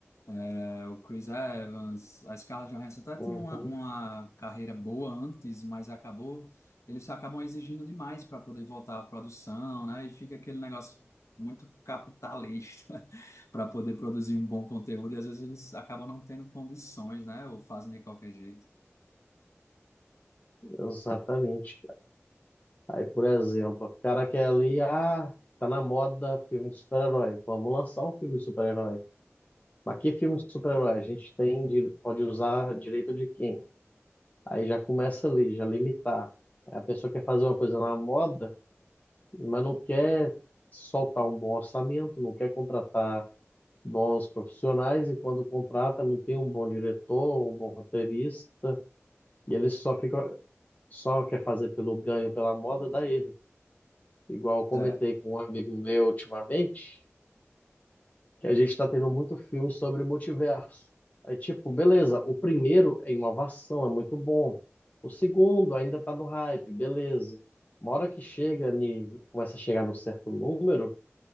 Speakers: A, on the left (about 80°); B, on the left (about 35°).
A: É, o Chris Evans, a Scarlett Johansson até
B: Uhum.
A: tinha uma, uma carreira boa antes, mas acabou, eles acabam exigindo demais para poder voltar à produção, né? E fica aquele negócio muito capitalista <laughs> para poder produzir um bom conteúdo, e às vezes eles acabam não tendo condições, né? Ou fazem de qualquer jeito.
B: Exatamente. cara. Aí, por exemplo, o cara quer ali, ah, tá na moda filme de super-herói. Vamos lançar um filme de super-herói. Mas que filme de super-herói? A gente tem, di- pode usar direito de quem? Aí já começa ali, já limitar. Aí a pessoa quer fazer uma coisa na moda, mas não quer soltar um bom orçamento, não quer contratar bons profissionais, e quando contrata não tem um bom diretor, um bom roteirista, e ele só fica, só quer fazer pelo ganho, pela moda, dá erro. Igual eu comentei
A: É,
B: com um amigo meu ultimamente, que a gente está tendo muito filme sobre multiverso. Aí, tipo, beleza, o primeiro é inovação, é muito bom. O segundo ainda está no hype, beleza. Uma hora que chega, ni- começa a chegar no certo número,